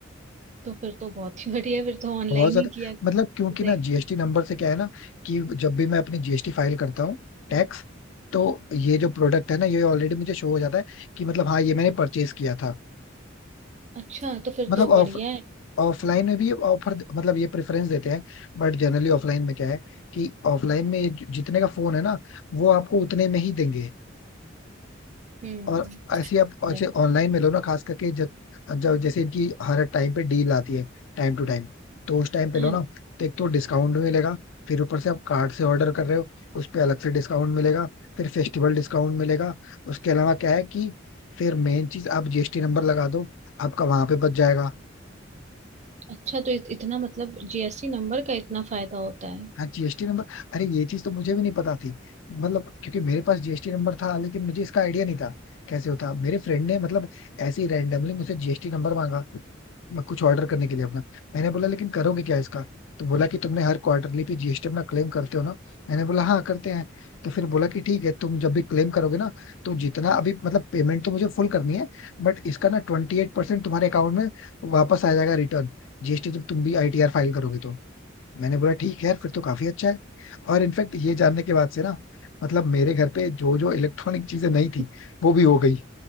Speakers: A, on the right; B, on the left.
A: तो फिर तो बहुत ही बढ़िया फिर तो ऑनलाइन
B: बहुत ज्यादा
A: ही किया
B: मतलब क्योंकि
A: सही
B: ना जीएसटी नंबर से क्या है ना कि जब भी मैं अपनी जीएसटी फाइल करता हूँ टैक्स तो ये जो प्रोडक्ट है ना ये ऑलरेडी मुझे शो हो जाता है कि मतलब हाँ ये मैंने परचेज किया था
A: अच्छा तो फिर
B: मतलब
A: तो
B: ऑफ
A: बढ़िया है
B: ऑफलाइन में भी ऑफर मतलब ये प्रेफरेंस देते हैं बट जनरली ऑफलाइन में क्या है कि ऑफलाइन में जि- जितने का फोन है ना वो आपको उतने में ही देंगे
A: हम्म
B: और ऐसी आप
A: तो
B: अच्छे
A: है।
B: ऑनलाइन में लो ना खास करके जब जब जैसे इनकी हर टाइम पे डील आती है टाइम टू टाइम तो उस टाइम पे
A: हाँ
B: लो ना तो एक तो डिस्काउंट भी मिलेगा फिर ऊपर से आप कार्ड से ऑर्डर कर रहे हो उस पे अलग से डिस्काउंट मिलेगा फिर फेस्टिवल डिस्काउंट मिलेगा उसके अलावा क्या है कि फिर मेन चीज आप जीएसटी नंबर लगा दो आपका वहां पे बच जाएगा
A: अच्छा तो इत, इतना मतलब जीएसटी नंबर का इतना फायदा होता है
B: हाँ जीएसटी नंबर अरे ये चीज तो मुझे भी नहीं पता थी मतलब क्योंकि मेरे पास जीएसटी नंबर था लेकिन मुझे इसका आइडिया नहीं था कैसे होता मेरे फ्रेंड ने मतलब ऐसे ही रैंडमली मुझसे जीएसटी नंबर मांगा मैं कुछ ऑर्डर करने के लिए अपना मैंने बोला लेकिन करोगे क्या इसका तो बोला कि तुमने हर क्वार्टरली पे जीएसटी अपना क्लेम करते हो ना मैंने बोला हाँ करते हैं तो फिर बोला कि ठीक है तुम जब भी क्लेम करोगे ना तो जितना अभी मतलब पेमेंट तो मुझे फुल करनी है बट इसका ना ट्वेंटी एट परसेंट तुम्हारे अकाउंट में वापस आ जाएगा रिटर्न जीएसटी जब तुम भी आईटीआर फाइल करोगे तो मैंने बोला ठीक है यार फिर तो काफी अच्छा है और इनफैक्ट ये जानने के बाद से ना मतलब मेरे घर पे जो जो इलेक्ट्रॉनिक चीजें नहीं थी
A: <laughs>
B: वो भी हो गई